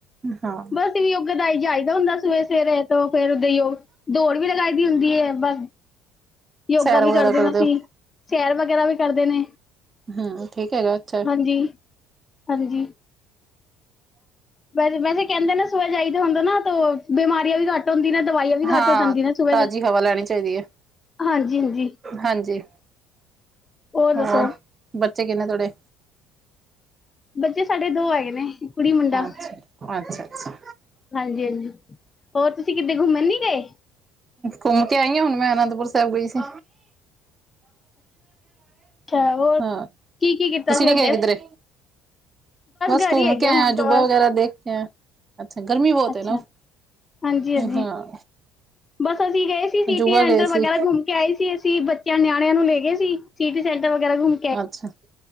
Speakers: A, on the right (about 30°); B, on the left (about 25°).
A: ਹਾਂ
B: ਬਸ ਯੁੱਗ ਦਾ ਆਈ ਚਾਈਦਾ ਹੁੰਦਾ ਸਵੇਰੇ -ਸਵੇਰੇ ਤੋਂ ਫੇਰ ਦਈਓ ਦੌੜ ਵੀ ਲਗਾਈ ਦੀ ਹੁੰਦੀ ਏ, ਬਸ ਯੋਗਾ
A: ਸੈਰ
B: ਵੀ
A: ਵਗੈਰਾ
B: ਕਰਦੇ ਆ ਅਸੀਂ,
A: ਹੋ
B: ਸ਼ੈਰ ਵਗ਼ੈਰਾ ਵੀ ਕਰਦੇਂ ਨੇ।
A: ਹਾ ਠੀਕ ਹੈਗਾ ਇੱਥੇ।
B: ਹਾਂਜੀ-ਹਾਂਜੀ। ਵੈਸ- ਵੈਸੇ ਕਹਿੰਦੇ ਨੇ, ਸੁਬੇ ਜਾਈਦਾ ਹੁੰਦਾ ਨਾ ਤੋਂ ਬਿਮਾਰੀਆਂ ਵੀ ਘੱਟ ਹੁੰਦੀ ਨੇ ਦਵਾਈਆਂ ਵੀ
A: ਹਾਂ,
B: ਘੱਟ ਹੋ ਜਾਂਦੀ ਨੇ ਸੁਬਹ
A: ਤਾਜ਼ੀ ਹਵਾ ਲੈਂਣੀ ਚਾਹੀਦੀ ਆ,
B: ਹਾਂਜੀ ਹਾਂਜੀ
A: ਹਾਂਜੀ।
B: ਓਰ ਦੱਸੋ।
A: ਹੋਰ ਬੱਚੇ ਕਿਨੇ ਤੁਹਾਡੇ।
B: ਬੱਚੇ ਸਾਡੇ ਦੋ ਹੈਗੇ ਨੇ, ਕੁੜੀ ਮੁੰਡਾ
A: ਅੱਛਾ ਅੱਛਾ ਅੱਛਾ
B: ਹਾਂਜੀ -ਹਾਂਜੀ। ਹੋਰ, ਤੁਸੀਂ ਕਿੱਦੇ ਘੁੰਮਣ ਨੀ ਗਏ।
A: ਘੁੰਮ ਕੇ ਆਈ ਆ, ਹੁਣ ਮੈਂ ਅਨੰਦਪੁਰ ਸਾਹਿਬ ਗਈ ਸੀ।
B: ਅੱਛਾ ਹੋਰ
A: ਹਾਂ,
B: ਕੀ ਕੀ ਕੀਤਾ
A: ਤੁਸੀਂ
B: ਸੀ
A: ਨੀ
B: ਓਦੇ
A: ਗਏ ਕਿੱਧਰੇ। ਬਸ
B: ਘਰ
A: ਘੁੰਮ
B: ਹੀ ਹੈਗੇ
A: ਕੇ ਆਏ
B: ਆ ਹੁਣ
A: ਐ, ਅਜੂਬਾ
B: ਤੋਂ ਬਸ
A: ਵਗੈਰਾ ਦੇਖਿਆਂ ਐ। ਅੱਛਾ, ਗਰਮੀਂ ਬਹੁਤ
B: ਅੱਛਾ
A: ਐ ਨਾ,
B: ਹਾਂਜੀ ਹਾਂਜੀ
A: ਹਾਂ।
B: ਬਸ ਅਸੀਂ ਗਏ ਸੀ, ਸੀਟੀ
A: ਅਜੂਬਾ
B: ਰੈਂਟਰ
A: ਗਏ
B: ਵਗ਼ੈਰਾ
A: ਸੀ
B: ਗੂੰਮ ਕੇ ਆਏ ਸੀ ਅਸੀਂ। ਕਿਆ ਨਿਆਣਿਆਂ ਨੂੰ ਲੇਂਗੇ ਸੀ ਸੀਟੀ ਸੈਂਟ ਵਗ਼ੈਰਾ ਗੁੰਮ
A: ਅੱਛਾ,